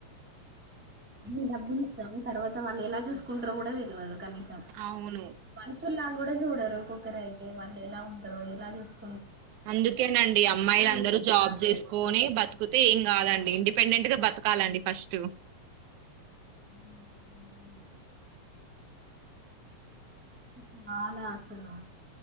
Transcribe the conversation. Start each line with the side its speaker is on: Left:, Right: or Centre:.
Centre: అన్ని డబ్బులు ఇస్తాము తర్వాత వాళ్ళు ఎలా చూసుకుంటారో కూడా తెల్వదు. కనీసం
Right: అవును
Centre: మనుషుల్లా కూడా చూడరు ఒకక్కరు అయితే వాళ్ళు ఎలా ఉంటరు ఎలా చూస్త
Right: అందుకేనండి అమ్మాయిలు అందరూ
Centre: తీసుకుంటారు
Right: జాబ్ చేసుకొని బతుకుతే ఏం కాదండి ఇంటి పెండెంట్ గా బతకాలండి ఫస్టు
Centre: <inaudible> చాలా ఆసలు